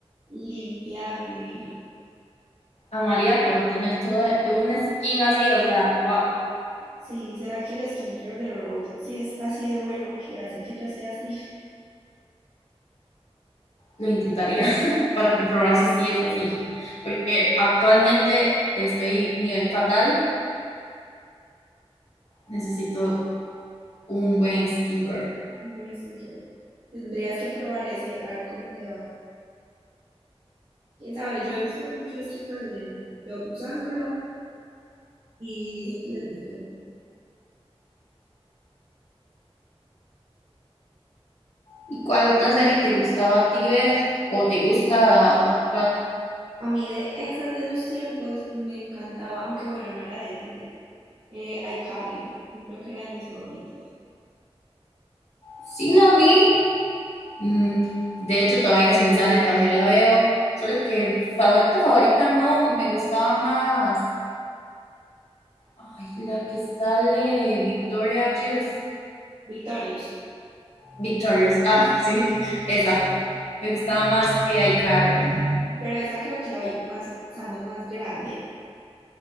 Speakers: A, on the right (about 85°); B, on the left (about 85°).
A: limpia, divina.
B: Amaría poder tener todo un skin así, o sea, wow,
A: Sí, ¿será que la skincare de Road sí es así de bueno que hace que ella sea así?
B: lo intentaría <laughs> para comprobar si sí es así. Porque actualmente estoy nivel fatal, necesito un buen skincare.
A: Un buen skincare. Tendrías que probar ese, a ver cómo te va. Quién sabe, yo he visto muchas chicas en TikTok usándolo y dicen que les gustó mucho.
B: ¿Y cuál otra serie te gustaba a ti ver o te gusta actuar?
A: A mí de esas de esos tiempos me encantaba, aunque bueno, no era de Disney. Eh, iCarly, yo creo que era de mis favoritas.
B: Sí la vi, Mm, de hecho, todavía si me sale también la veo. Solo que favorita, favorita no, me gustaba más. Ay, la que sale Victoria Juice.
A: Victorious.
B: Victorious, ah, <laughs> sí, esa. Me gustaba
A: Sí,
B: más que iCarly.
A: Pero esa creo que la vi más, estando más grande,